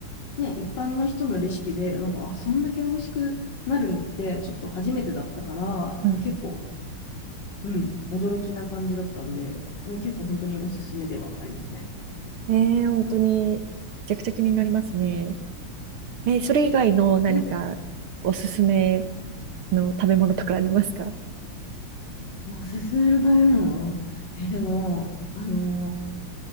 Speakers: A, on the left (about 55°); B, on the right (about 80°).
A: ね、一般の人のレシピで、なんか、あ、そんだけ美味しくなるのって、ちょっと初めてだったから、なんか結構、
B: うん
A: うん、驚きな感じだったんで、うん、結構本当におすすめではありますね。
B: ねえ、本当に、めちゃくちゃ気になりますね。え、それ以外の何かおすすめ
A: え、でも、
B: の食べ物とかありますか
A: おすすめの食べ物え、でも、あの